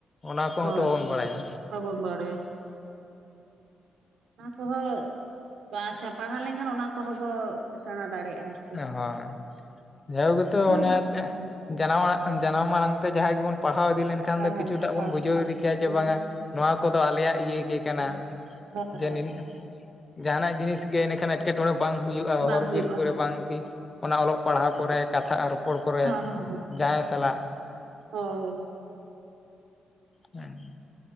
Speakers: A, on the left (about 20°); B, on the right (about 85°).
A: ᱚᱱᱟ ᱠᱚᱦᱚᱸ
B: ᱦᱳᱭ
A: ᱛᱚ ᱵᱟᱵᱚᱱ ᱵᱟᱲᱟᱭᱟ᱾
B: ᱵᱟᱵᱚᱱ ᱵᱟᱲᱟᱭᱟ᱾ ᱚᱱᱟ ᱠᱚᱦᱚᱸ ᱵᱟᱝ ᱥᱮ ᱯᱟᱲᱦᱟᱣ ᱞᱮᱱᱠᱷᱟᱱ ᱚᱱᱟ ᱠᱚᱦᱚᱸ ᱠᱚ ᱥᱮᱬᱟ ᱫᱟᱲᱮᱭᱟᱜᱼᱟ᱾ ᱟᱨ
A: ᱦᱚᱸ, ᱡᱟᱭᱦᱳᱠ ᱜᱮᱛᱚ ᱚᱱᱟᱛᱮ᱾
B: ᱫᱚ ᱦᱳᱭ
A: ᱡᱟᱱᱟᱢ ᱟᱲ ᱡᱟᱱᱟᱢ ᱟᱲᱟᱝ ᱛᱮ ᱡᱟᱦᱟᱸᱭ ᱜᱮᱵᱚᱱ ᱯᱟᱲᱦᱟᱣ ᱤᱫᱤ ᱞᱮᱱ ᱠᱷᱟᱱ
B: ᱯᱟᱲᱦᱟᱣ
A: ᱫᱚ ᱠᱤᱪᱷᱩᱴᱟᱜ
B: ᱦᱳᱭ
A: ᱵᱚᱱ ᱵᱩᱡᱷᱟᱹᱣ ᱤᱫᱤ ᱠᱮᱭᱟ ᱡᱮ,
B: ᱵᱩᱡᱷᱟᱹᱣ
A: ᱵᱟᱝᱟ ᱱᱚᱣᱟ ᱠᱚᱫᱚ ᱟᱞᱮᱭᱟᱜ ᱤᱭᱟᱹ ᱜᱮ ᱠᱟᱱᱟ᱾
B: ᱦᱳᱭ
A: ᱡᱮ
B: ᱦᱳᱭ
A: ᱱᱤᱱ ᱡᱟᱸᱦᱟᱱᱟᱜ ᱡᱤᱱᱤᱥ ᱜᱮ ᱮᱱᱮᱠᱷᱟᱱ ᱮᱴᱠᱮᱴᱚᱬᱮ ᱵᱟᱝ ᱦᱩᱭᱩᱜ-ᱟ,
B: ᱵᱟᱝ
A: ᱦᱚᱨ
B: ᱦᱩᱭᱩᱜᱼᱟ
A: ᱵᱤᱨ ᱠᱚᱨᱮ ᱵᱟᱝ᱾ ᱠᱤ ᱚᱱᱟ ᱚᱞᱚᱜ ᱯᱟᱲᱦᱟᱣ ᱠᱚᱨᱮ, ᱠᱟᱛᱷᱟ ᱨᱚᱯᱚᱲ ᱠᱚᱨᱮ
B: ᱦᱮᱸ ᱦᱮᱸ ᱦᱮᱸ
A: ᱡᱟᱦᱟᱸᱭ ᱥᱟᱞᱟᱜ᱾
B: ᱦᱳᱭ ᱦᱳᱭ᱾
A: ᱦᱮᱸ᱾